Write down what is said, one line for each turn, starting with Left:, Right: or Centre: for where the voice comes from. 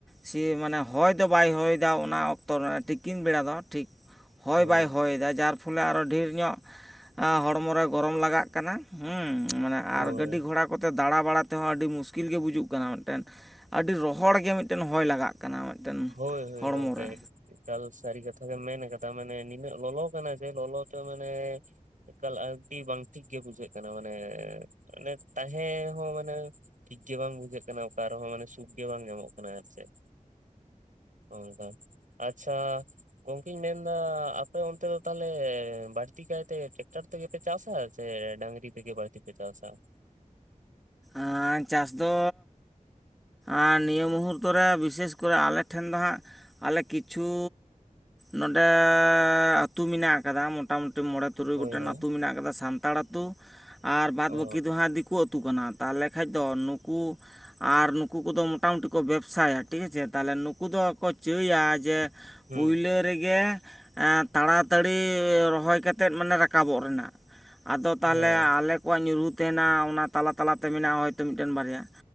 Centre: ᱥᱮ ᱢᱟᱱᱮ ᱦᱚᱭ ᱫᱚ ᱵᱟᱭ ᱦᱚᱭ ᱫᱟ ᱚᱱᱟ ᱚᱠᱛᱚ ᱨᱮ ᱛᱤᱠᱤᱱ ᱵᱮᱲᱟ ᱫᱚ ᱴᱷᱤᱠ ᱦᱚᱭ
Right: ᱦᱳᱭ
Centre: ᱵᱟᱭ ᱦᱚ ᱡᱟᱨ ᱯᱷᱚᱞᱮ ᱟᱨᱚ ᱰᱷᱮᱨ ᱧᱚᱜ ᱦᱚᱲᱢᱚ ᱨᱮ ᱜᱚᱨᱚᱢ ᱞᱟᱜᱟᱜ ᱠᱟᱱᱟ ᱦᱩᱸ ᱢᱟᱱᱮ
Right: ᱦᱳᱭ
Centre: ᱟᱨ ᱜᱟᱹᱰᱤ ᱜᱷᱚᱲᱟᱜ ᱠᱚᱛᱮ ᱫᱟᱬᱟ ᱵᱟᱲᱟ ᱛᱮᱦᱚᱸ ᱟᱹᱰᱤ ᱢᱩᱥᱠᱤᱞ ᱜᱮ ᱵᱩᱡᱩᱜ ᱠᱟᱱᱟ ᱢᱤᱫᱴᱮᱱ ᱟᱹᱰᱤ ᱨᱚᱦᱚᱲ ᱜᱮ ᱢᱤᱫᱴᱮᱱ ᱦᱚᱭ ᱞᱟᱜᱟᱜ ᱠᱟᱱᱟ ᱢᱤᱫᱴᱮᱱ
Right: ᱦᱳᱭ ᱦᱳᱭ
Centre: ᱦᱚᱲᱢᱚ
Right: ᱜᱚᱝᱠᱮ
Centre: ᱨᱮ
Right: ᱮᱠᱟᱞ ᱥᱟᱨᱤ ᱠᱟᱛᱷᱟ ᱜᱮ ᱢᱮᱱ ᱠᱟᱫᱟ ᱢᱟᱱᱮ ᱱᱤᱱᱟᱹᱜ ᱞᱚᱞᱚ ᱠᱟᱱᱟ ᱡᱮ ᱞᱚᱞᱚ ᱛᱮ ᱢᱟᱱᱮ ᱮᱠᱟᱞ ᱟᱹᱰᱤ ᱵᱟᱝ ᱴᱷᱤᱠ ᱜᱮ ᱵᱩᱡᱷᱟᱹᱜ ᱠᱟᱱᱟ ᱢᱟᱱᱮ ᱢᱟᱱᱮ ᱛᱟᱦᱮᱸ ᱦᱚᱸ ᱢᱟᱱᱮ ᱴᱷᱤᱠᱜᱮ ᱵᱟᱝ ᱵᱩᱡᱷᱟᱹᱜ ᱠᱟᱱᱟ ᱚᱠᱟ ᱨᱮᱦᱚᱸ ᱢᱟᱱᱮ ᱥᱩᱠ ᱜᱮ ᱵᱟᱝ ᱧᱟᱢᱚᱜ ᱠᱟᱱᱟ ᱟᱨ ᱪᱮᱫ ᱚ ᱟᱪᱷᱟ ᱜᱚᱝᱠᱮᱧ ᱢᱮᱱᱫᱟ ᱟᱯᱮ ᱚᱱᱛᱮ ᱫᱚ ᱛᱟᱦᱚᱞᱮ ᱵᱟᱹᱲᱛᱤ ᱠᱟᱭᱛᱮ ᱴᱮᱠᱴᱟᱨ ᱛᱮᱜᱮ ᱯᱮ ᱪᱟᱥᱟ ᱥᱮ ᱰᱟᱝᱨᱤ ᱛᱮᱜᱮ ᱵᱟᱹᱲᱛᱤ ᱯᱮ ᱪᱟᱥᱟ ᱾
Centre: ᱟᱨ ᱪᱟᱥ ᱫᱚ ᱟᱨ ᱱᱤᱭᱟᱹ ᱢᱩᱦᱩᱨᱛᱚ ᱨᱮ ᱵᱤᱥᱮᱥ ᱠᱚᱨᱮ ᱟᱞᱮ ᱴᱷᱮᱱ ᱫᱚ ᱦᱟᱸᱜ ᱟᱞᱮ ᱠᱤᱪᱷᱩ ᱱᱚᱰᱮ ᱟᱹᱛᱩ ᱢᱮᱱᱟᱜ ᱟᱠᱟᱫᱟ ᱢᱚᱴ ᱢᱚᱴᱟᱢᱩᱴᱤ ᱢᱚᱬᱮ ᱛᱩᱨᱩᱭ
Right: ᱦᱳᱭ
Centre: ᱜᱚᱴᱮᱱ
Right: ᱦᱳᱭ
Centre: ᱟᱹᱛᱩ ᱢᱮᱱᱟᱜ ᱟᱠᱟᱫᱟ ᱥᱟᱱᱛᱟᱲ ᱟᱹᱛᱩ ᱟᱨ ᱵᱟᱫ
Right: ᱚ
Centre: ᱵᱟᱹᱠᱤ ᱫᱚ ᱦᱟᱸᱜ ᱫᱤᱠᱩ ᱟᱹᱛᱩ ᱟᱹᱛᱩ ᱠᱟᱱᱟ ᱛᱟᱦᱚᱞᱮ ᱠᱷᱟᱡ ᱫᱚ ᱱᱩᱠᱩ ᱟᱨ ᱱᱩᱠᱩ ᱠᱚᱫᱚ ᱢᱳᱚᱴᱟᱢᱩᱴᱤ ᱠᱚ ᱵᱮᱵᱽᱥᱟᱭᱟ ᱴᱷᱤᱠ ᱟᱪᱷᱮ ᱛᱟᱦᱞᱮ ᱱᱩᱠᱩ ᱫᱚᱠᱚ ᱪᱟᱹᱭᱟ ᱡᱮ
Right: ᱦᱩᱸ
Centre: ᱯᱩᱭᱞᱟᱹ ᱨᱮᱜᱮ ᱛᱟᱲᱟᱛᱟᱹᱲᱤ ᱨᱚᱦᱚᱭ ᱠᱟᱛᱮᱫ ᱢᱟᱱᱮ ᱨᱟᱠᱟᱵᱚᱜ ᱨᱮᱱᱟᱜ ᱟᱫᱚ ᱛᱟᱦᱚᱞᱮ
Right: ᱦᱳᱭ
Centre: ᱟᱞᱮ ᱟᱠᱚᱣᱟᱜ ᱧᱩᱨᱦᱩ ᱛᱟᱦᱮᱱᱟ ᱚᱱᱟ ᱛᱟᱞᱟ ᱛᱟᱞᱟᱛᱮ ᱢᱮᱱᱟᱜᱼᱟ ᱦᱚᱭᱛᱚ ᱢᱤᱴᱮᱱ ᱵᱟᱨᱭᱟ